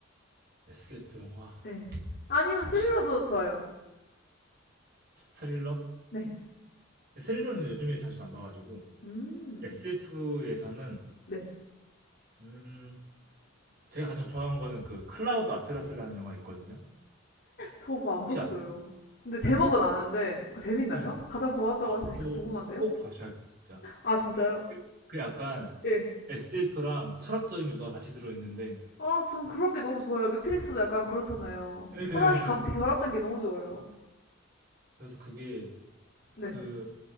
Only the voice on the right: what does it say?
SF 영화
혹시
스릴러
스릴러는 요즘에 자주 안 봐가지고
SF에서는
음 제가 가장 좋아하는 거는 그 클라우드 아틀라스라는 영화 있거든요
혹시
아세요?
네.
아
그거
꼭 봐주셔야 돼 진짜
그 그 약간
SF랑 철학적인 요소가 같이 들어있는데
예
그래서 그게
그